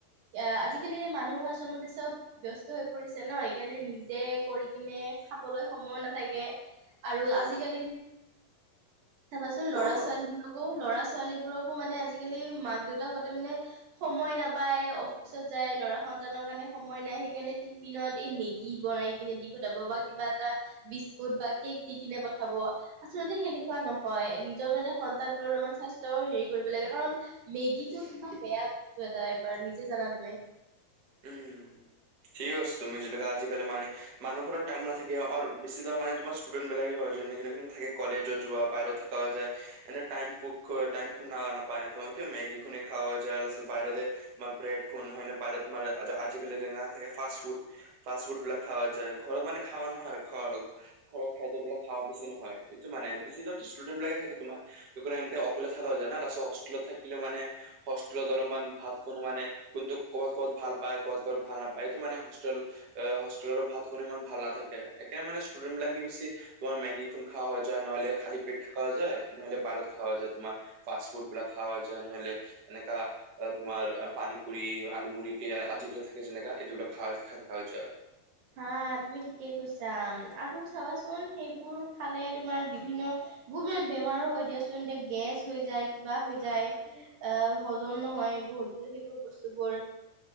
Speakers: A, on the right; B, on the right.
A: এয়া আজিকালি মানুহ আচলমতে চব ব্যস্ত হৈ পৰিছে ন। সেকাণে নিজে কৰি কিনে খাবলৈ সময় নাথাকে। আৰু
B: অ
A: আজিকালি, চাবাচোন ল'ৰা
B: কোৱা
A: ছোৱালীবোৰকো ল'ৰা ছোৱালীবোৰকো মানে আজিকালি মাক দেউতাকহঁত তামানে সময় নাপায়, অফিচত যায়, ল'ৰা সন্তানৰ কাণে সময় নাই। হেইকাৰণে টিফিনত এ মেগী বনাই কিনে দি পঠাব বা কিবা এটা বিস্কুট বা কেক দি কিনে পঠাব। আচ মানে সেনেকুৱা নহয়, নিজৰ মানে সন্তানটোৰ অলপমান স্বাস্থ্যৰ হেৰি কৰিব লাগে। কাৰণ, মেগীটোক
B: কোৱা
A: বেয়া বস্তু এটা, একবাৰ নিজে জানা তুমি।
B: উ, ঠিক আছ তুমি যেনেকা আজি কালি মানে মানুহখনৰ টাইম নাথাকে অৰ বেচিদৰ মানে তোমাৰ ষ্টুডেণ্ট বিলাক হয় যেন নেকে নেকে থাকে। কলেজত যোৱা বাহিৰত ৰত থাকা হৈ যায়, এনে টাইম পো খোৱা, টাইম শুনা নাপায়, এটো এতিয়া মেগি খোনে খাৱা যায় ল ছাল বাহিৰতে মাৰ ব্ৰেড খুন নহয় নে, বাহিৰত তোমাৰে আজি-আজিকালি দিনা হেয়া ফাষ্ট ফুড, ফাষ্ট ফুড বিলাক খাৱা যায়, ঘৰত মানে খাৱা নহয় আৰু ঘৰ ঘৰত খাদ্যবিলাক খাৱা বেছি নহয়। এইটো মানে, বেছিদত ষ্টুডেন্ট বিলাকে চাগে তোমাৰ। <unintelligible> অকলে থকা হৈ যায় না লাষ্টত হষ্টেলত থাক হিলো মানে, হষ্টোৰক অলমান ভাত খোনো মানে, কোনটো ক'বাত ক'ত ভাল পায়, ক'ত ক'ত ভাল নাপায়। এইটো মানে হোষ্টেল, এ হোষ্টেলত ভাত কোনো ইমান ভাল নাথাক কে। একে মানে ষ্টুডেন্ট বিলাকে বেছি, তোমাৰ মেগী খুন খাৱা হয়। যায় নহ'লে খালি পেট থকা যায়, নহ'লে বাৰত খাৱা যায় তোমাৰ, ফাষ্ট ফুড বিলাক খাৱা যায়, নহ'লে এনেকা আ তোমাৰ পানী পুৰি, আলু মুড়ি। কে, আজিকা থাকে যেনেকা, এই টো <unintelligible> খাই, খাই থকা যায় আৰু।
A: হা তুমি ঠিকেই কৈছা। আৰু চাবাচোন সেইবোৰ খালে তোমাৰ বিভিন্ন বহুত মানে বেমাৰো হয় দিয়াচোন এতিয়া গেছ হৈ যায়, কিবা হৈ যায়, আ হজম নহয়। বহুত বহু হেবোৰ বস্তুবোৰ,